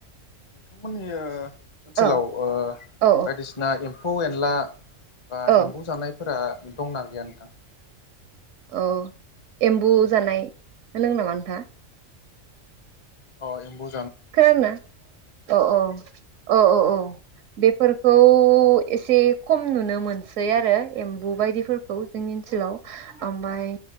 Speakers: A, on the left (about 30°); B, on the right (about 75°).
A: <unintelligible> ओनसोलाव
B: औ
A: ओ
B: औ
A: बायदिसिना एम फौ एनला बा
B: औ
A: एम्बौ जानाय फोरा दंना गैया नोंथां?
B: औ एम्बु जानाय होनदों नामा नोंथांआ
A: अ एम्बु
B: खोनादोना औ औ औ औ औ बेफोरखौ एसे खम नुनो मोनसै आरो एम्बु बायदिफोरखौ जोंनि ओनसोलाव ओमबाय